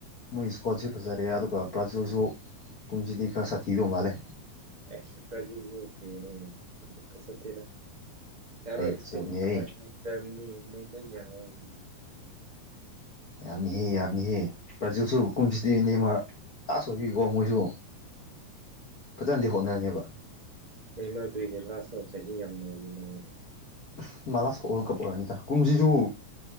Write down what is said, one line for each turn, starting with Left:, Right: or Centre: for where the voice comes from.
Left: ꯃꯣꯏ ꯏꯁꯀꯣꫪꯁꯤ ꯐꯖꯔꯦ ꯑꯗꯨꯒ ꯕ꯭ꯔꯥꯖꯤꯜꯁꯨ ꯀꯨꯝꯁꯤꯗꯤ ꯈꯔ ꯁꯥꯊꯤꯗꯧ ꯃꯥꯥꯜꯂꯦ꯫
Right: ꯑꯦ ꯕ꯭ꯔꯥꯖꯤꯜꯁꯨ ꯀꯔꯤꯅꫭꯅꯦ ꯐꯖꯗꯦꯗ ꯌꯥꯔꯣꯏ
Left: ꯑꯩ ꯐꯖꯕꯅꯤꯍꯦ
Right: ꯏꯁꯄꯦ <unintelligible> ꯅꫭꯏ ꯂꫭꯏ ꯌꯥꯔꯔꫭꯏ ꯑꯗꯨꯗꯤ꯫
Left: ꯌꯥꯝꯃꯤꯍꯦ ꯌꯥꯝꯃꯤꯍꯦ ꯕ꯭ꯔꯖꯤꯛꯁꯨ ꯀꯨꯝꯁꯤꯗꯤ ꯅꯦꯝꯃꯥꫪ ꯑ ꯁꫭꯏꯒꯤꯀꯣ ꯃꯣꯏꯁꯨ ꯐꯖꯅꯗꯤ ꯍꯣꯠꯅꯔꯅꯦꯕ꯫
Right: ꯅꯦꯃꫪ ꯀ꯭ꯔꯤꯒꯦ ꯂꯥꯁꯅꫭ ꯆꯍꯤ ꯌꯥꯝ ꯅꯧꯔꯤ ꯃꯥꯗꯣ
Left: ꯑꯁ ꯃꯥꯂꯥꯁ ꯋꯥꯔꯜ ꯀꯞ ꯑꯣꯏꯔꯅꯤꯗ ꯀꯨꯝꯁꯤꯁꯨ